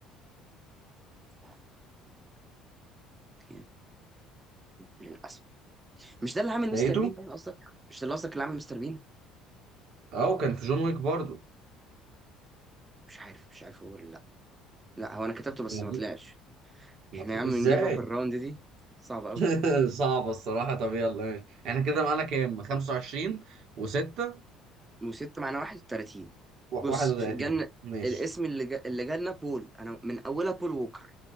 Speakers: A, on the right (about 20°); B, on the right (about 50°).
A: آه، أركنت. للأسف مش ده اللي عامل مستر
B: لقيته
A: بين باين قصدك مش ده اللي قصدك اللي عامل مستر بين
B: اه وكان في جون ويك برضو
A: مش عارف مش عارف هو ولا لا لا هو انا كتبته بس
B: يعني
A: ما طلعش
B: ما
A: احنا
B: طل...
A: يا عم
B: ازاي
A: نجيب اب الراوند دي صعبه قوي
B: <laughs> صعبة الصراحة طب يلا ماشي احنا كده معانا كام 25 و6
A: وستة معناه واحد وتلاتين
B: 31
A: بص في الجنة
B: ماشي
A: الاسم اللي جا... اللي جالنا بول انا من اولها بول ووكر